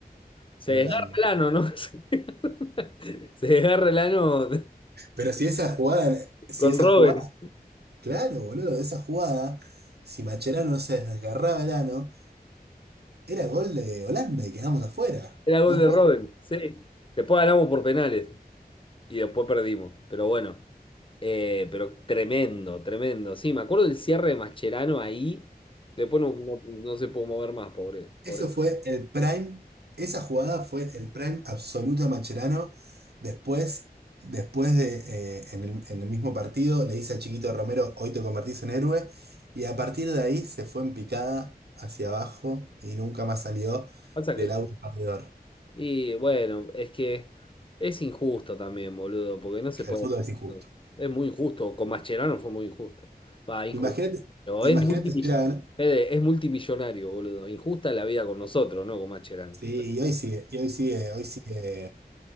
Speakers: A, on the left; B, on the right.
A: Se
B: con
A: desgarra
B: Holanda.
A: el ano, ¿no? <laughs> Se desgarra el ano
B: Pero si esa jugada, si
A: con
B: esa
A: Robin.
B: jugada, claro, boludo, esa jugada, si Macherano no se desgarraba el ano, era gol de Holanda y quedamos afuera.
A: Era gol
B: No
A: de
B: jugamos.
A: Robin, sí. Después ganamos por penales. y después perdimos. Pero bueno, eh, pero tremendo, tremendo. Sí, me acuerdo del cierre de Mascherano ahí. Después no, no- no se pudo mover más, pobre, pobre.
B: Eso fue el prime, esa jugada fue el prime absoluto de Mascherano. Después, después de, eh, en el, en el mismo partido, le dice a Chiquito Romero, hoy te convertís en héroe. Y a partir de ahí se fue en picada hacia abajo y nunca más salió
A: Pasa
B: del
A: que,
B: agua perdedor.
A: y bueno, es que es injusto también, boludo, porque no se puede.
B: El fútbol es injusto.
A: Es muy injusto. Con Mascherano fue muy injusto. Va, injusto.
B: Imagínate,
A: Pero
B: imagínate
A: es multimill-
B: si hubiera ganado.
A: Fede, es multimillonario, boludo. Injusta la vida con nosotros, ¿no? Con Mascherano.
B: Sí, y hoy sigue, y hoy sigue, hoy sigue